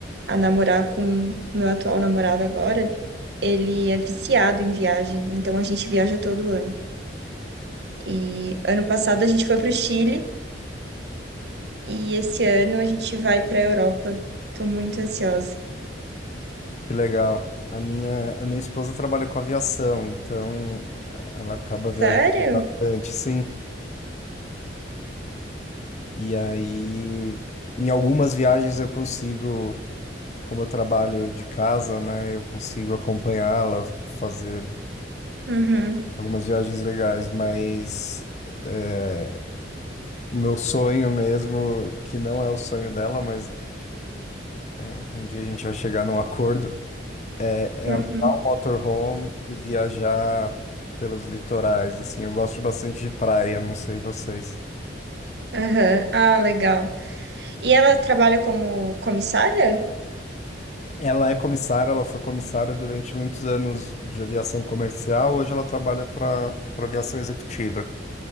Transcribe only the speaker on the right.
a namorar com o meu atual namorado agora, ele é viciado em viagem, então a gente viaja todo ano. E ano passado a gente foi para o Chile e esse ano a gente vai para a Europa. Tô muito ansiosa.
Sério?
Uhum,
uhum,
aham. Ah, legal. E ela trabalha como comissária?